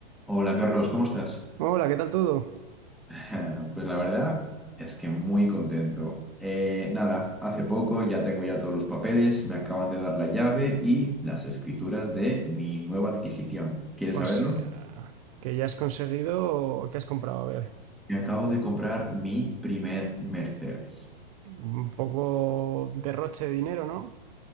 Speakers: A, in the centre; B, on the right.
A: Hola Carlos, ¿cómo estás?
B: Hola, ¿qué tal todo?
A: <laughs> Pues la verdad es que muy contento. Eh, nada, hace poco ya tengo ya todos los papeles, me acaban de dar la llave y las escrituras de mi nueva adquisición. ¿Quieres saberlo?
B: O sea, que ya has conseguido, ¿qué has comprado? A ver,
A: Me acabo de comprar mi primer Mercedes.
B: un poco derroche de dinero, ¿no?